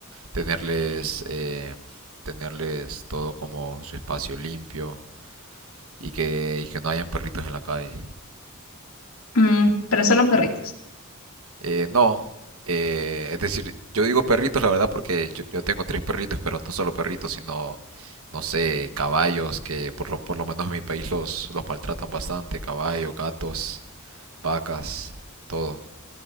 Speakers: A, on the right; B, on the left.
A: tenerles, eh, tenerles todo como su espacio limpio y que, y que no hayan perritos en la calle.
B: Mm, pero solo perritos.
A: Eh, no, eh, es decir, yo digo perritos, la verdad, porque yo, yo tengo tres perritos, pero no solo perritos, sino, no sé, caballos, que por lo, por lo menos en mi país los, los maltratan bastante, caballos, gatos, vacas, todo,